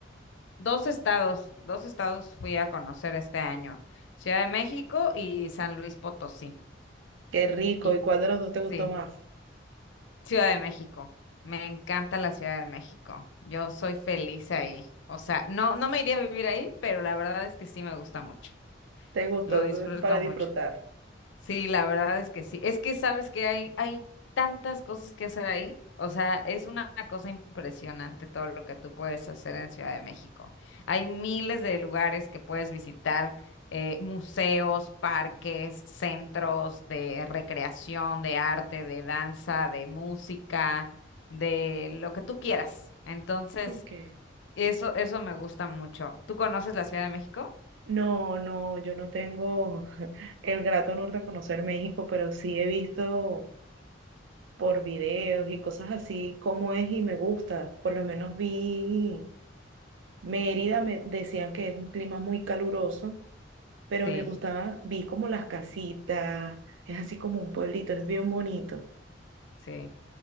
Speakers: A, on the left (about 75°); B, on the right (about 80°).
A: dos estados, dos estados fui a conocer este año, Ciudad de México y San Luis Potosí.
B: Qué rico.
A: Y
B: ¿Y cuál de los dos te gustó
A: sí,
B: más?
A: Ciudad de México. Me encanta la Ciudad de México. Yo soy feliz ahí. O sea, no, no me iría a vivir ahí, pero la verdad es que sí me gusta mucho.
B: ¿Te gustó
A: Lo disfruto
B: para disfrutar?
A: mucho. Sí, la verdad es que sí. Es que sabes que hay, hay tantas cosas que hacer ahí. O sea, es una cosa impresionante todo lo que tú puedes hacer en Ciudad de México. Hay miles de lugares que puedes visitar, eh, museos, parques, centros de recreación, de arte, de danza, de música, de lo que tú quieras. Entonces,
B: Ok.
A: eso, eso me gusta mucho. ¿Tú conoces la Ciudad de México?
B: No, no, yo no tengo <laughs> el grato honor de conocer México, pero sí he visto por videos y cosas así cómo es y me gusta. Por lo menos vi Mérida, me decían que es un clima muy caluroso, pero
A: Sí,
B: me gustaba, vi como las casitas, es así como un pueblito, es bien bonito.
A: sí.